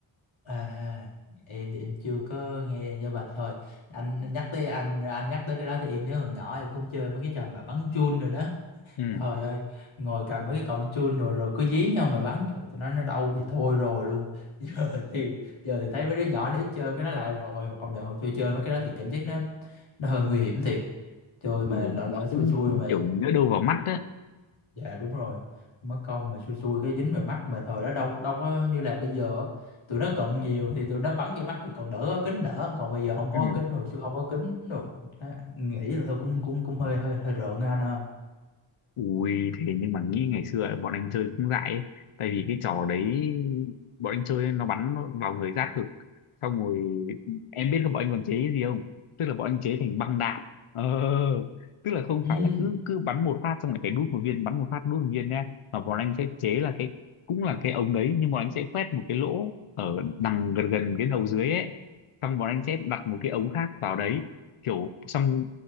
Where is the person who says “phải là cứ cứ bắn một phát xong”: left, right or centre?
Left